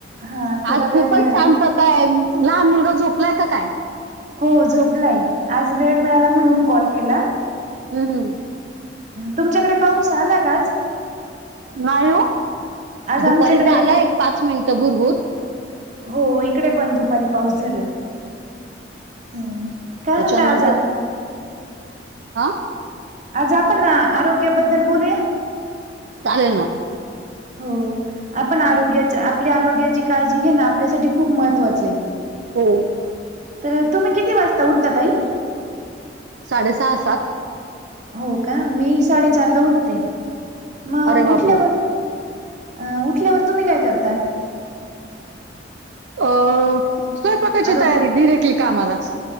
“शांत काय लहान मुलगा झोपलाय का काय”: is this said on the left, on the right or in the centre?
Right